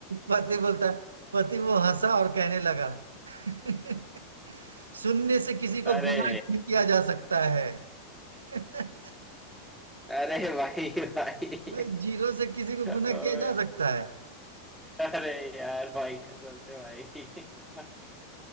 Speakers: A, on the right; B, in the centre.
A: पति बोलता है पति वो हंसा और कहने लगा <laughs> शून्य से किसी को
B: अरे
A: गुना नहीं किया जा सकता है <laughs>
B: अरे भाई भाई
A: भाई जीरो से किसी को गुना
B: ओए,
A: किया जा सकता
B: अरे यार भाई कसम से भाई <laughs>